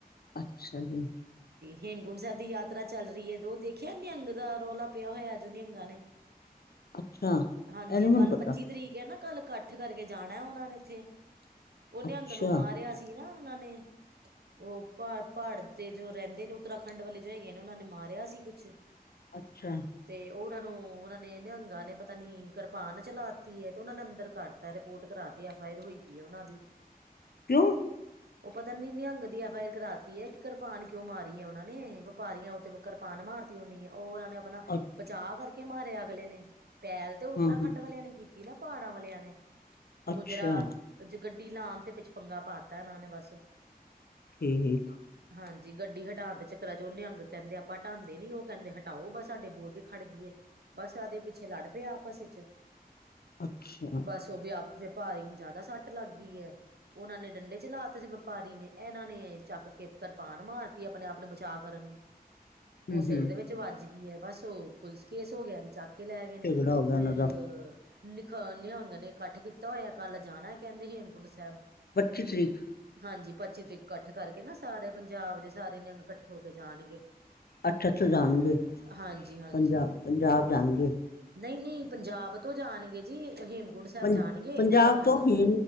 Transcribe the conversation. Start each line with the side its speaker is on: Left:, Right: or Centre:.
Left: ਅੱਛਾ ਜੀ।
Right: ਹੇਮਕੁੰਡ ਸਾਹਿਬ ਦੀ ਯਾਤਰਾ ਚੱਲ ਰਹੀ ਹੈ ਤੇ ਉਹ ਦੇਖਿਆ ਨਿਹੰਗ ਦਾ ਰੌਲਾ ਪਿਆ ਹੋਇਆ ਜੋ ਨਿਹੰਗਾਂ ਨੇ।
Left: ਅੱਛਾ
Right: ਹਾਂਜੀ
Left: ਇਹ ਨੀ ਮੈਨੂੰ
Right: ਕੱਲ
Left: ਪਤਾ
Right: ਪੱਚੀ ਤਰੀਕ ਹੈ ਨਾ। ਕੱਲ ਇਕੱਠ ਕਰਕੇ ਜਾਣਾ ਉਹਨਾ ਨੇ ਇੱਥੇ ਉਹ ਨਿਹੰਗ
Left: ਅੱਛਾ
Right: ਨੂੰ ਮਾਰਿਆ ਸੀ ਨਾ। ਉਹਨਾਂ ਨੇ। ਉਹ ਪ ਪਹਾੜ ਤੇ ਜੋ ਰਹਿੰਦੇ ਨੇ ਉੱਤਰਾਖੰਡ ਵਾਲੇ ਜੋ ਹੈਗੇ ਨੇ ਉਹਨਾਂ ਨੇ ਮਾਰਿਆ ਸੀ ਕੁਛ।
Left: ਅੱਛਾ।
Right: ਤੇ ਉਹਨਾਂ ਨੂੰ ਉਹਨਾਂ ਨੇ ਨਿਹੰਗਾਂ ਨੇ ਪਤਾ ਨੀ ਕਿਰਪਾਨ ਚਲਾ ਦਿੱਤੀ ਹੈ ਤੇ ਉਹਨਾਂ ਨੇ ਅੰਦਰ। ਦ ਕਰਤਾ ਰਿਪੋਰਟ ਕਰਾ ਤੀ ਐਫ ਆਈ ਆਰ ਹੋਈ ਪਈ ਹੈ ਉਹਨਾਂ ਦੀ।
Left: ਕਿਉਂ।
Right: ਉਹ ਪਤਾ ਨੀ ਨਿਹੰਗ ਦੀ ਐਫ ਆਈ ਆਰ ਕਰਾਤੀ ਹੈ ਕਿ ਕਿਰਪਾਨ ਕਿਉਂ ਮਾਰੀ ਹੈ ਉਹਨਾ ਨੇ ਵਪਾਰੀਆਂ ਉਤੇ ਕਿਰਪਾਨ ਮਾਰ। ਮਰਤੀ ਹੋਣੀ ਆ ਉਹ। ਅਪਣਾ ਅਪਣਾ
Left: ਅੱ-
Right: ਬਚਾਅ ਕਰਕੇ ਮਾਰਿਆ ਅਗਲੇ ਨੇ ਪੈਹਲ ਤੇ ਉੱਤਰਾਖੰਡ
Left: ਹਾਂ ਹਾਂ
Right: ਵਾਲਿਆਂ ਨੇ ਕੀਤੀ ਨਾ ਪੜ ਵਾਲੀਆਂ ਨੇ
Left: ਅੱਛਾ
Right: ਉਜਰਾ । ਗੱਡੀ ਲਾਉਣ ਤੇ ਵਿੱਚ ਪੰਗਾ ਪਾਤਾ ਇਹਨਾਂ ਨੇ ਬਸ।
Left: ਠੀਕ।
Right: ਹਾਂਜੀ ਗੱਡੀ ਹਟਾਣ ਦੇ ਚੱਕਰਾਂ ਚ ਉਹ ਨਿਹੰਗ ਕਹਿੰਦੇ ਆਪਾਂ ਹਟਾਂਦੇ ਨੀ ਉਹ ਕਹਿੰਦੇ ਹਟਾਓ ਬਸ ਸਾਡੇ ਬੂਹੇ ਅਗੇ ਖੜ ਗਈਏ। ਬਸ ਆਦੇ ਪਿੱਛੇ ਲੜ ਪਿਆ ਆਪਸ ਵਿੱਚ,
Left: ਅੱਛਾ।
Right: ਬਸ ਉਹ ਵਿਆ ਵਪਾਰੀ ਨੂੰ ਜ਼ਿਆਦਾ ਸੱਟ ਲੱਗ ਗਈ ਹੈ। ਉਹਨਾਂ ਨੇ ਡੰਡੇ ਚਲਾਤੇ ਸੀ ਵਪਾਰੀ ਨੇ ਇਹਨਾਂ ਨੇ ਚੱਕ ਕੇ ਕਰਰਪਾਨ ਮਾਰਤੀ ਆਪਣੇ ਆਪ ਨੂੰ ਬਚਾਅ ਕਰਨ। ਉਹ
Left: ਹੂੰ
Right: ਸਿਰ
Left: ਹੂੰ
Right: ਦੇ ਵਿੱਚ ਵੱਜ ਗਈ ਹੈ ਬਸ ਉਹ ਪੁਲਿਸ ਕੇਸ ਹੋ ਗਿਆ ਜੀ ਚਾ। ਲੈ ਗਏ ਨੇ
Left: ਝਗੜਾ ਹੋ ਗਿਆ
Right: ਫੇਰ
Left: ਉਹਨਾਂ ਦਾ
Right: ਨ। ਅ ਨਿਹੰਗ ਨੇ ਇਕੱਠ ਕੀਤਾ ਹੋਇਆ ਕੱਲ ਜਾਣਾ ਕਹਿੰਦੇ ਹੇਮਕੁੰਟ ਸਾਹਿਬ।
Left: ਪੱਚੀ ਤਰੀਕ।
Right: ਹਾਂਜੀ ਪੱਚੀ ਤਰੀਕ ਇਕੱਠ ਕਰਕੇ ਨਾ ਸਾਰੇ ਪੰਜਾਬ ਦੇ ਸਾਰੇ ਨਿਹੰਗ ਇਕੱਠ ਹੋ ਕੇ ਜਾਣਗੇ।
Left: ਅੱਠ ਅੱਠ ਜਾਣਗੇ
Right: ਹਾਂਜੀ ਹਾਂਜੀ
Left: ਪੰਜਾਬ ਪੰਜਾਬ ਜਾਣਗੇ।
Right: ਨਹੀਂ ਨਹੀਂ ਪੰਜਾਬ ਤੋਂ ਜਾਣਗੇ ਜੀ ਹੇਮ ਕੁੰਠ ਸਾਹਿਬ
Left: ਪੰ
Right: ਜਾਣਗੇ
Left: ਪੰਜਾਬ
Right: ਉੱਤਰਾਖੰਡ
Left: ਤੋਂ ਹੀ